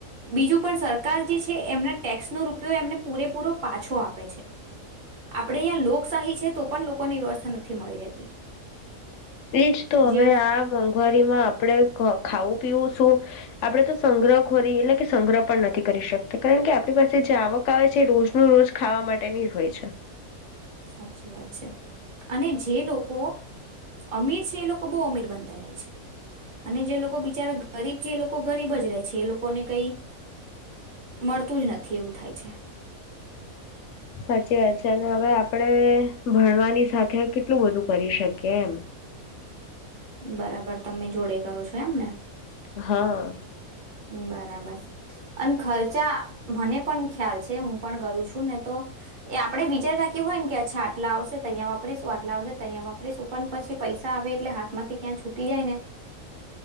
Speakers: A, on the right; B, on the left.
A: બીજું પણ સરકાર જે છે એમના ટેક્સ નો રૂપિયો એમને પૂરેપૂરો પાછો આપે છે આપણે અહીં લોકશાહી છે તો પણ લોકોની વ્યવસ્થા નથી મળી રહેતી
B: એજ તો
A: જે
B: હવે આ મોંઘવારીમાં આપણે ખાવું પીવું શું આપણેે તો સંગ્રહ ખોરી એટલે કે સંગ્રહ પણ નથી કરી શકતા કારણ કે આપણી પાસે જે આવક આવે છે એ રોજનું રોજ ખાવા માટેની હોય છે.
A: સાચી વાત છે અને જે લોકો અમીર છે એ લોકો બહુ અમીર બનતા જાય છે અને જે લોકો બિચારા ગરીબ છે એ લોકો ગરીબ જ રહે છે એ લોકોને કઈ મળતું જ નથી એવું થાય છે.
B: સાચી વાત છે અને હવે આપણેે ભણવાની સાથે કેટલું બધું કરી શકીએ એમ
A: બરાબર તમે જોડે કરો છો એમને
B: હા.
A: બરાબર અને ખર્ચા મને પણ ખ્યાલ છે હું પણ કરું છું ને તો એ આપડે વિચાર રાખી હોય ને કે અચ્છા આટલા આવશે તહીયા વાપરીશું આટલા આવશે તહીંયા વાપરીશું પણ પછી પૈસા આવે એટલે હાથમાં ક્યાં છૂટી જાય ને